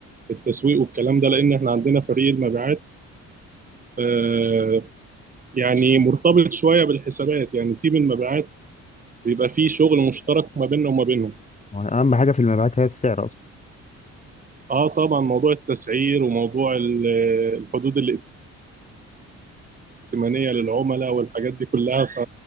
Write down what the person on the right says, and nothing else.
التسويق والكلام ده لان احنا عندنا فريق المبيعات آه، يعني مرتبط شويه بالحسابات يعني تيم المبيعات بيبقى فيه شغل مشترك ما بيننا وما بينهم
اه طبعا موضوع التسعير وموضوع ال- الحدود اللي ائتمانيه للعملاء والحاجات دي كلها ف...